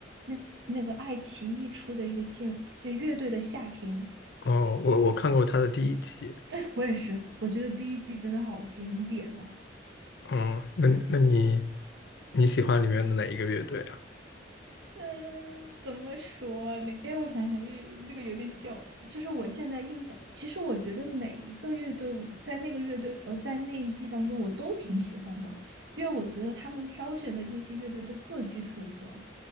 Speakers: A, on the right; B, on the left.
A: 那那个爱奇艺出的一个节，就乐队的夏天，
B: 哦，我我看过他的第一集。
A: <laughs> 我也是，我觉得第一季真的好经典呐、
B: 嗯，那那你你喜欢里面的哪一个乐队啊？
A: 嗯，怎么说呢？哎，我想想，又那个有点久了。就是我现在印象，其实我觉得每一个乐队我在那个乐队呃，在那一季当中，我都挺喜欢的，因为我觉得他们挑选的这些乐队都各具特色，